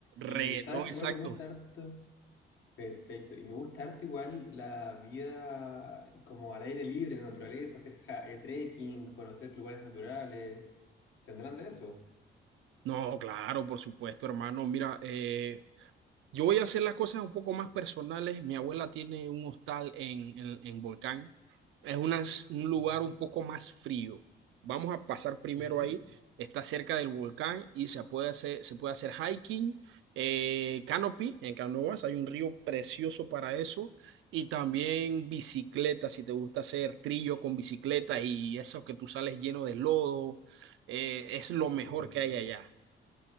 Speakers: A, on the left; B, on the right.
A: Y
B: Reggaetón,
A: sabes que
B: exacto.
A: igual me gusta harto. Perfecto. Y me gusta harto igual la vida como al aire libre, en la naturaleza, hacer ja- eh, trekking, conocer lugares naturales. ¿Tendrán de eso?
B: No, claro, por supuesto, hermano. Mira, eh, Yo voy a hacer las cosas un poco más personales. Mi abuela tiene un hostal en, en, en Volcán. Es una- un lugar
A: Ya.
B: un poco más frío. Vamos a pasar primero
A: Ujú.
B: ahí. Está cerca del volcán y se puede hacer, se puede hacer hiking, eh, canopy en canoas. Hay un río precioso para eso. Y también bicicleta, si te gusta hacer trillo con bicicleta y eso que tú sales lleno de lodo. eh, es lo
A: Buenísimo.
B: mejor que hay allá.